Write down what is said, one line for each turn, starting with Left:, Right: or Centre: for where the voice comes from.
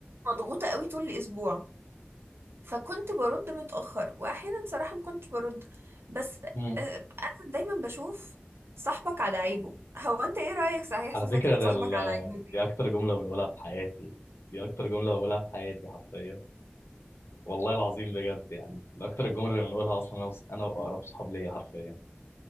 Right: مضغوطة قوي طول الأسبوع فكنت برد متأخر وأحيانا صراحة ما كنتش برد بس
Left: مم.
Right: آه أنا دايما بشوف صاحبك على عيبه هو أنت إيه رأيك صحيح
Left: على
Right: في
Left: فكرة
Right: فكرة
Left: ده
Right: صاحبك
Left: ال...
Right: على عيبه
Left: دي أكتر جملة بنقولها في حياتي دي أكتر جملة بقولها في حياتي حرفيا والله العظيم بجد يعني من أكتر الجمل اللي بنقولها أصلا أنا وص- أنا وأقرب صحاب ليا حرفيا